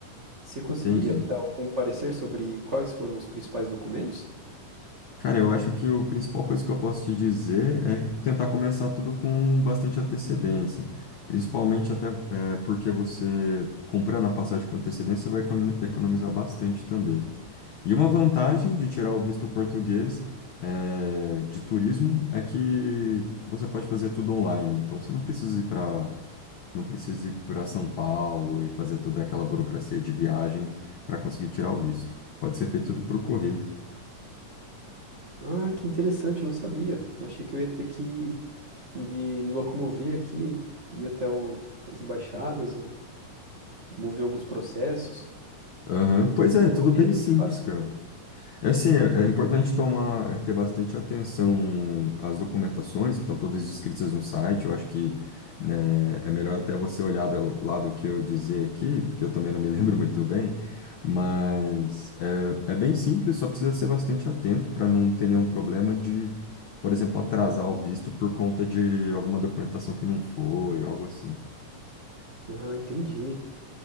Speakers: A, on the right; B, on the left.
A: Você conseguiria
B: entendi.
A: dar algum parecer sobre quais foram os principais documentos?
B: Cara, eu acho que a principal coisa que eu posso te dizer é tentar começar tudo com bastante antecedência. Principalmente até é, porque você, comprando a passagem com antecedência, você vai econo- economizar bastante também. E uma vantagem de tirar o visto português é, de turismo é que você pode fazer tudo online. Então, você não precisa ir para não precisa ir para São Paulo e fazer toda aquela burocracia de viagem para conseguir tirar o visto. Pode ser feito tudo por correio.
A: Ah, que interessante, eu não sabia. Eu achei que eu ia ter que me, me locomover aqui, ir até o- as embaixadas, o- mover alguns processos,
B: Aham,
A: e tudo
B: Pois
A: pelo
B: é, tudo
A: correio,
B: bem simples,
A: que fácil.
B: cara. É Assim, é, é importante tomar, é, ter bastante atenção às documentações que estão todas descritas no site. Eu acho que, né, é melhor até você olhar do- lá do que eu dizer aqui, porque eu também não me <laughs> lembro muito bem. Mas é, é bem simples, só precisa ser bastante atento para não ter nenhum problema de, por exemplo, atrasar o visto por conta de alguma documentação que não foi, algo assim.
A: Ah, entendi.